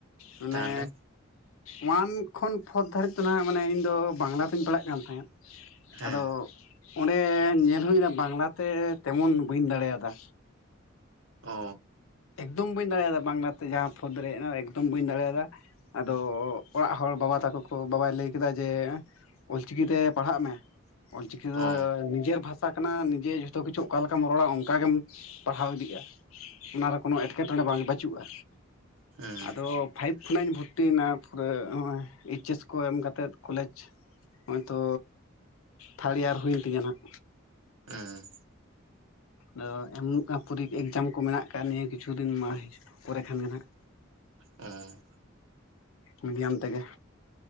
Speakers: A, on the left (about 75°); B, on the right (about 65°).
A: ᱢᱟᱱᱮ
B: ᱛᱟᱦᱚᱞᱮ
A: ᱚᱣᱟᱱ ᱠᱷᱚᱱ ᱯᱷᱳᱨ ᱫᱷᱟᱨᱤᱡ ᱫᱚ ᱱᱟᱦᱟᱸᱜ ᱢᱟᱱᱮ ᱤᱧ ᱫᱚ ᱵᱟᱝᱞᱟ ᱛᱤᱧ ᱯᱟᱲᱦᱟᱜ ᱠᱟᱱ ᱛᱟᱦᱮᱸᱫ᱾
B: ᱦᱮᱸ
A: ᱟᱫᱚ ᱚᱸᱰᱮ ᱧᱮᱞ ᱦᱩᱭ ᱮᱱᱟ ᱵᱟᱝᱞᱟ ᱛᱮ ᱛᱮᱢᱚᱱ ᱵᱟᱹᱧ ᱫᱟᱲᱮᱭᱟᱫᱟ,
B: ᱚᱻ
A: ᱮᱠᱫᱚᱢ ᱵᱟᱹᱧ ᱫᱟᱲᱮᱭᱟᱫᱟ ᱵᱟᱝᱞᱟᱛᱮ ᱡᱟᱦᱟᱸ ᱯᱷᱟᱫ ᱨᱮ ᱦᱮᱡ ᱮᱠᱫᱚᱢ ᱵᱟᱹᱧ ᱫᱟᱲᱮᱭᱟᱫᱟ᱾ ᱟᱫᱚ ᱚᱲᱟᱜ ᱦᱚᱲ ᱵᱟᱵᱟ ᱛᱟᱠᱚ ᱠᱚ ᱵᱟᱵᱟᱭ ᱞᱟᱹᱭ ᱠᱮᱫᱟ ᱡᱮ ᱚᱞᱪᱤᱠᱤ ᱛᱮ ᱯᱟᱲᱦᱟᱜ ᱢᱮ ᱚᱞᱪᱤᱠᱤ ᱫᱚ
B: ᱚ
A: ᱱᱤᱡᱮᱨ ᱵᱷᱟ ᱥᱟ ᱠᱟᱱᱟ ᱱᱤᱡᱮ ᱡᱷᱚᱛᱚ ᱠᱤᱪᱷᱩ ᱚᱠᱟ ᱞᱮᱠᱟᱢ ᱨᱚᱲᱟ ᱚᱱᱠᱟ ᱜᱮᱢ ᱯᱟᱲᱦᱟᱣ ᱤᱫᱤᱜᱼᱟ᱾ ᱚᱱᱟᱨᱮ ᱠᱳᱱᱳ ᱮᱸᱴᱠᱮᱴᱚᱬᱮ ᱵᱟᱝ ᱵᱟᱹᱪᱩᱜᱼᱟ,
B: ᱦᱩᱸᱻ
A: ᱟᱫᱚ ᱯᱷᱟᱭᱤᱵ ᱠᱷᱚᱱᱟᱜ ᱤᱧ ᱵᱷᱚᱨᱛᱤᱭᱮᱱᱟ ᱯᱩᱨᱟᱹ ᱦᱚᱸᱜᱚᱭ ᱮᱭᱤᱪ ᱮᱥ ᱠᱚ ᱮᱢ ᱠᱟᱛᱮᱫ ᱠᱚᱞᱮᱡᱽ ᱦᱚᱸᱜᱼᱚᱭ ᱛᱚ ᱛᱷᱟᱨ ᱤᱭᱟᱨ ᱦᱩᱭᱮᱱ ᱛᱤᱧᱟᱹ ᱦᱟᱜ,
B: ᱩᱸᱻ
A: ᱟᱫᱚ ᱮᱢᱚᱜ ᱠᱟ ᱯᱩᱨᱤ ᱮᱠᱡᱟᱢ ᱠᱚ ᱢᱮᱱᱟᱜ ᱟᱠᱟᱫ ᱱᱤᱭᱟᱹ ᱠᱤᱪᱷᱩ ᱫᱤᱱ ᱠᱚᱨᱮ ᱠᱷᱟᱱᱜ ᱜᱮ ᱱᱟᱸᱜ
B: ᱚᱸᱻ
A: ᱢᱤᱰᱤᱭᱟᱢ ᱛᱮᱜᱮ